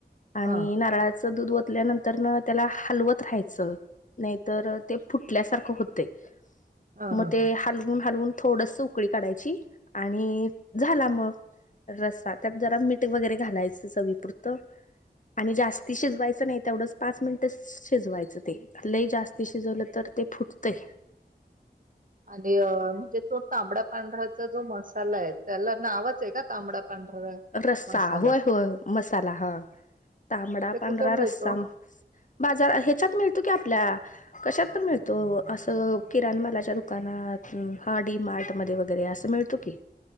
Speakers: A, on the left; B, on the right.
A: आणि
B: ह
A: नारळाचं दूध ओतल्यानंतर न त्याला हलवत राहायचं नाही तर ते फुटल्यासारखं होतेय
B: ह
A: मग ते
B: ह
A: हलवून हलवून थोडस उकळी काढायची आणि झाला मग रसा त्यात जरा मीठ वगैरे घालायचं चवीपुरतं आणि जास्ती शिजवायचं नाही तेवढंच पाच मिनिटच शिजवायचं ते लय जास्त शिजवलं तर ते फुटतय
B: आणि म्हणजे तो तांबडा पांढऱ्याचा जो मसाला आहे त्याला नावच आहे का तांबडा पांढरा
A: रस्सा
B: मसाला
A: होय होय मसाला हा तांबडा
B: ते
A: पांढरा
B: कुठं मिळतो
A: रस्सा बाजार ह्याच्यात मिळतो की आप आपल्या कशात पण मिळतो असं किराणमालाच्या दुकानात हा डी मार्ट मध्ये वगैरे अस मिळतो की